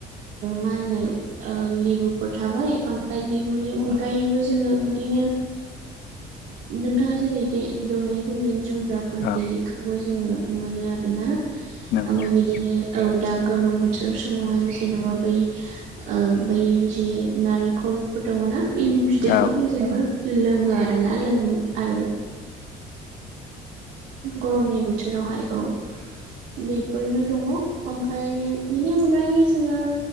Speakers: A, on the right; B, on the left.
A: मा होनो लेबुफोर थाबाय ओमफ्राय लेबुनि अनगायैबो जोङो बिदिनो नोंथाङा जेरै दहायहाय बुंदों जुमब्राब र
B: औ
A: बिखौबो जोङो मोनो आरोना ओमफ्राय
B: नंगौ
A: बिदिनो
B: औ
A: औ दा गोलोम बोथोर समावहाय जेन'बा बै ओ बै जे नारेंखलफोर दङ ना बेनि बिदैखौहाय
B: नंगौ नंगौ
A: जोबो लोङो आरोना लों आरो नाले बोथोरावहाय औ बेफोरनो दङ ओमफाय बेनि अनगायै जोङो